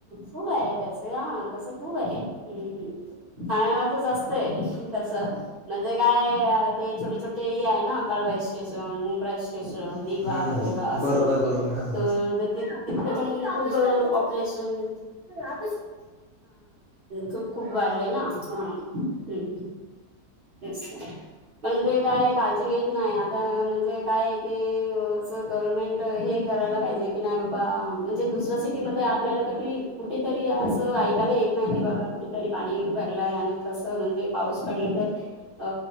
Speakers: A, on the right (about 40°); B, on the left (about 65°).
A: खूप आहे त्याच हा तसं खूप आहे हम्म. ठाण्याला तर जास्त आहे तस. म्हणजे काय अ ते छोटे छोटे हे आहे ना कळवाई स्टेशन, मुंब्रा ईस स्टेशन दिवा
B: हम्म
A: वगैर असं
B: बरोबर बरोबर हा
A: तर
B: हा
A: तिथं पण खूप पॉप्युलेशन हा तू खूप वाढलय ना म्हणून हम्म. तेच. पण ते काय काळजी घेत नाही. आता म्हणजे काय ते अस गव्हर्मेंट तर हे करायला पाहिजे, की नाही बाबा म्हणजे दुसऱ्या सिटीमध्ये आपल्याला कधी कुठेतरी असं ऐकायला येत नाही की बाबा कुठेतरी पाणी भरलंय आणि कसं म्हणजे पाऊस पडलं, तर अ